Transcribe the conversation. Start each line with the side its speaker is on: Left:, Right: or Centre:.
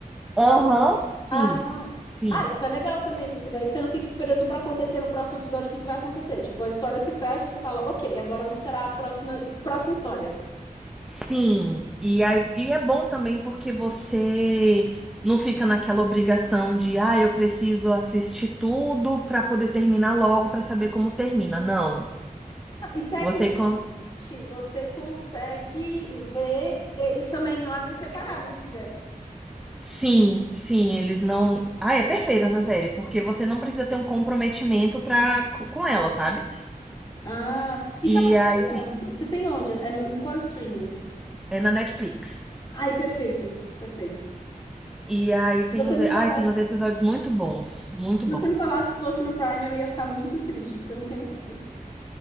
Centre: aham, sim,
Left: Ah,
Centre: sim.
Left: ah, isso é legal também, porque daí você não fica esperando pra acontecer no próximo episódio o que que vai acontecer. Tipo, a história se fecha, você fala, ok, agora será a próxima, próxima história.
Centre: Sim, e, aí, e é bom também porque você não fica naquela obrigação de, ah, eu preciso assistir tudo para poder terminar logo, para saber como termina. Não.
Left: E técnica.
Centre: Você. con-
Left: você consegue ver eles também em ordem separada, se quiser.
Centre: Sim, sim, eles não. Ah, é perfeita essa série, porque você não precisa ter um comprometimento pra... co- com ela, sabe?
Left: Ah, e
Centre: E
Left: tá passando
Centre: aí
Left: onde?
Centre: tem.
Left: Você tem onde? É no- em qual streaming?
Centre: É na Netflix.
Left: Ai, perfeito, perfeito.
Centre: E aí tem
Left: Você
Centre: uns.
Left: me
Centre: e- Ai,
Left: falasse,
Centre: tem uns episódios muito bons, muito
Left: você
Centre: bons.
Left: me falasse que fosse no Prime, eu ia ficar muito triste, porque eu não tenho Prime.